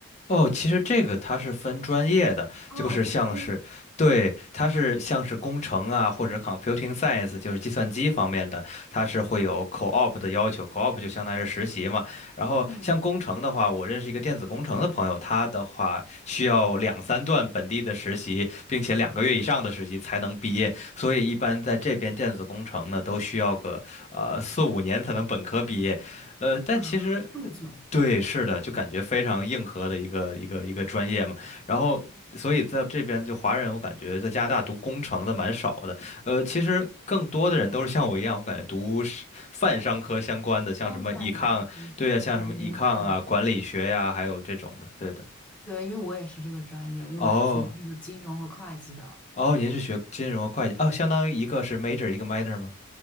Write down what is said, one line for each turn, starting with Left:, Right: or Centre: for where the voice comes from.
Left: 哦，其实这个它是分专业的，
Centre: 哦，
Left: 就是像是，
Centre: 分专业。
Left: 对，它是像是工程啊，或者 computing science，就是计算机方面的，它是会有 co-op 的要求，co-op 就相当于是实习嘛。然后像工程的话，
Centre: 嗯，
Left: 我认识一个电子工程的朋友，他的话需要两三段本地的实习，并且两个月以上的实习才能毕业，
Centre: 哇塞
Left: 所以一般在这边电子工程呢，都需要个呃四五年才能本科毕业。呃，但其实。
Centre: 哇，这么久。
Left: 对，是的，就感觉非常硬核的一个一个一个专业嘛。然后，所以在这边就华人，我感觉在加拿大读工程的蛮少的。呃，其实更多的人都是像我一样，我感觉读是泛商科相关的，像什么
Centre: 哦，线上课，
Left: econ，对呀，像什么
Centre: 我明白。
Left: econ 啊、管理学呀、还有这种的。对的。
Centre: 对，因为我也是这个专业，因为我是学那个金融和会计的。
Left: 哦哦，您是学金融和会计哦，相当于一个是 major，一个 minor 吗？